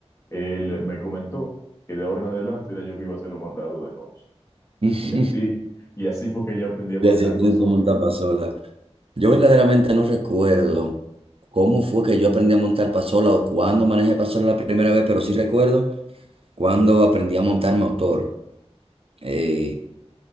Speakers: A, on the left; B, on the right.
A: él me comentó que de ahora en adelante era yo que iba a hacer lo mandado de noche.
B: <laughs>
A: Y así, y así fue que yo aprendí a manejar
B: Y así aprendí
A: para solo.
B: a montar pasola. Yo verdaderamente no recuerdo cómo fue que yo aprendí a montar pasola o cuándo manejé pasola la primera vez, pero sí recuerdo cuando aprendí a montar motor. Eh,